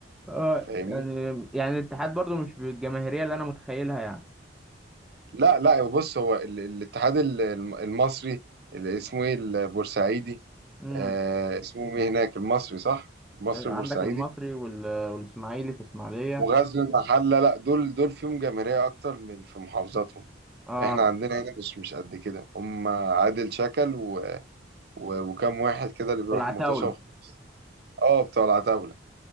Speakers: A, in the centre; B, on the right.
A: اه
B: فاهمني؟
A: يعني يعني الاتحاد برضو مش بالجماهيرية اللي انا متخيلها يعني
B: لا لا بص هو ال- الاتحاد ال- الم- المصري اللي اسمه ايه البورسعيدي
A: مم.
B: آه اسمه ايه هناك المصري صح؟ مصري
A: عندك
B: بورسعيدي
A: المصري وال- والاسماعيلي في اسماعيليه
B: وغزل المحلة لا دول دول فيهم جماهيرية أكتر من في محافظاتهم
A: اه
B: احنا عندنا هنا مش مش قد كده هم عادل شكل و... و... وكم واحد كده اللي بيروحوا
A: والعتاوله
B: مطوشة وخ- اه بتوع العتاولة